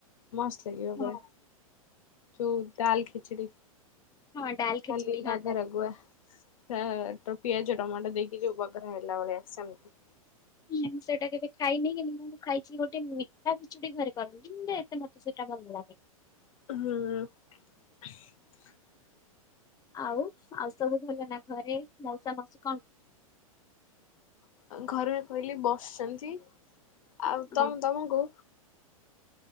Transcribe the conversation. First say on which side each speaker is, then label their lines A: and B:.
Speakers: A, on the left; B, on the left.
A: ମସ୍ତ୍ ଲାଗିବ
B: ହଁ।
A: ପୁରା ଯୋଉ ଡାଲ୍ ଖିଚିଡ଼ି
B: ହଁ ଡାଲ ଖେଚୁଡି
A: ଖାଲି ରାଗ
B: ହଁ ତା
A: ରାଗୁଆ ତା ତ ପିଆଜ ଟମାଟୋ ଦେଇକି ଯୋଉ ପକାର ହେଲା ଭଳିଆ ସେମିତି
B: ଇଏମ ସେଟ୍ ସେଟା କେବେ ଖାଇନି କିନ୍ତୁ ଖାଇଛି ଗୋଟେ ମିଠା ଖିଚୁଡି ଘରେ କରନ୍ତିୁ, ଏତେ ମତେ ସେଇଟା ଭଲ ଲାଗେ
A: ହଁ।
B: ଆଉ ଆଉ ସବୁ ଭଲ ନା ଘରେ ମସା ମସ
A: ଘରେ କହିଲି ବସିଛନ୍ତି। ଆଉ
B: ହଁ
A: ତମ ତମକୁ